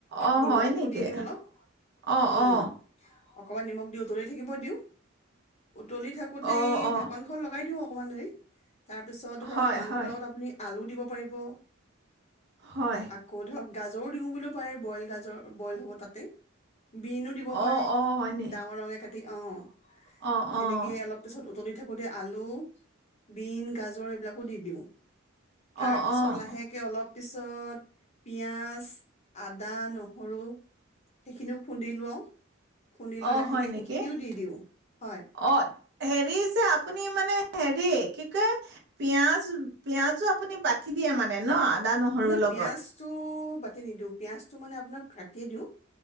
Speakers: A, on the right; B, on the left.
A: অ
B: নিমখো
A: হয় নেকি
B: দি দিওঁ অলপ,
A: অ
B: ‌উম।
A: অ
B: অকমান নিমখ দি উতলি থাকিব দিওঁ। উতলি থাকোতেই
A: অ অ
B: ঢাকোনখন লগাই দিওঁ <unintelligible> তাৰ পিছত ধৰক
A: হয়
B: মাংসৰ
A: হয়
B: লগত আপুনি আলু দিব পাৰিব।
A: হয়
B: আকৌ ধৰক গাজৰো দিও বুলিওঁ পাৰে, বইল গাজৰ বইল হ'ব তাতেই। বিনু দিব
A: অ
B: পাৰে,
A: অ হয়নি
B: ডাঙৰ ডাঙৰ কে কাটি অ',
A: অ
B: সেনেকে
A: অ
B: অলপ পিছত উতলি <unintelligible> থাকোতে আলু, বিন গাজৰ এইবিলাকো দি দিওঁ।
A: অ',
B: তাৰ পিছত
A: অ',
B: লাহেকে অলপ পিছত পিঁয়াজ, আদা, নহৰু সেইখিনিও খুন্দি লওঁ। খুন্দি লৈ
A: অ
B: লাহেকে
A: হয় নেকি,
B: সেইখিনিও দি দিওঁ। হয়,
A: অ হেৰি যে আ আপুনি মানে হেৰি, কি কয়, পিয়াজ পিয়াজো আপুনি বাতি দিয়ে মানে ন? আদা নহৰুৰ
B: এনে
A: লগত?
B: পিয়াজটো- বাতি নিদিওঁ, পিয়াজতু মানে আপুনাৰ কাতি দিওঁ।